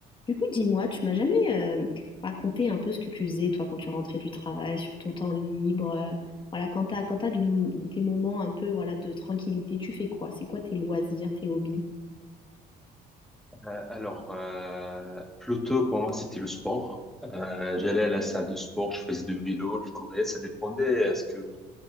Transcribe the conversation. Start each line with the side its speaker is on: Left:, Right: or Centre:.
Left: Du coup, dis-moi, tu m'as jamais euh, raconté un peu ce que tu faisais, toi, quand tu rentrais du travail, sur ton temps libre, euh, voilà, quand t'as, quand t'as du- des moments un peu, voilà, de tranquillité, tu fais quoi? C'est quoi tes loisirs, tes hobbies?
Centre: Euh, Alors, euh, plutôt pour moi, c'était le sport. Euh, j'allais à la salle de sport, je faisais du vélo, je courais, ça dépendait à ce que